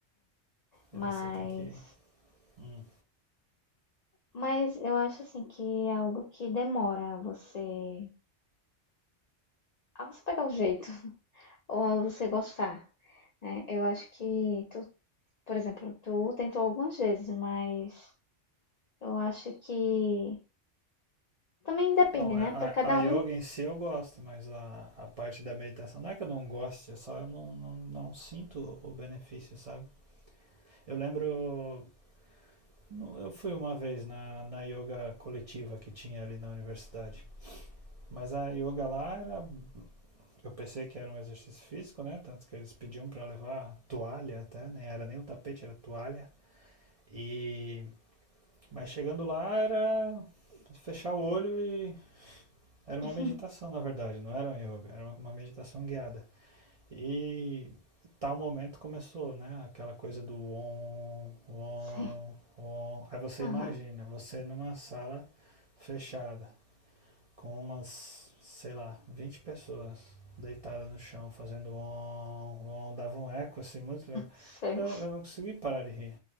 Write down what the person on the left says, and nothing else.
Mas,
mas eu acho assim que é algo que demora a você, a você pegar o jeito <laughs> ou a você gostar, né? Eu acho que tu, por exemplo, tu tentou algumas vezes, mas eu acho que também depende,
né? Para cada
um.
<laughs>
Sei.
Aham,
sei.